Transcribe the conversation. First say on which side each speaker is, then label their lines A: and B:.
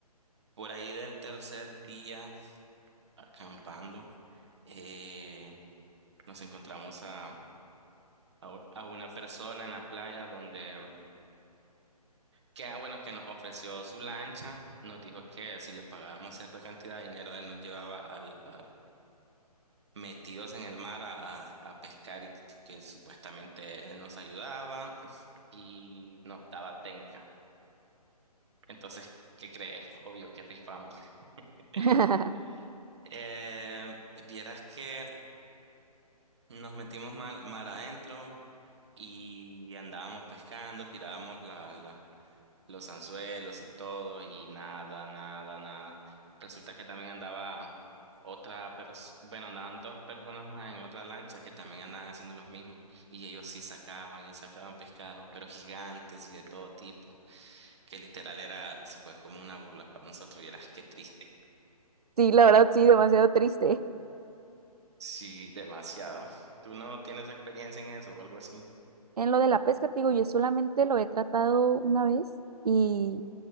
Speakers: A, on the right; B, on the right.
A: Por ahí del tercer día, acampando, eh, nos encontramos a, a u- a una persona en la playa donde Que ah, bueno, que nos ofreció su lancha, nos dijo que si le pagábamos cierta cantidad de dinero, él nos llevaba al, al- metidos en el mar a, a- a pescar y que, que supuestamente él nos ayudaba y nos daba técnica. Entonces, ¿qué crees? Obvio que rifamos. <laughs>
B: <laughs>
A: Eh, vieras que nos metimos mar, mar adentro y andábamos pescando, tirábamos la, la- los anzuelos y todo, y nada, nada, nada. Resulta que también andaba otra persona, bueno, andaban dos personas más en otra lancha que también andaban haciendo los mismos, y ellos sí sacaban y sacaban pescado, pero gigantes y de todo tipo, que literal era, se fue como una burla para nosotros, y eras qué triste.
B: Sí, la verdad, sí, demasiado triste.
A: Sí, demasiado. ¿Tú no tienes experiencia en eso o algo así?
B: En lo de la pesca, te digo, yo solamente lo he tratado una vez y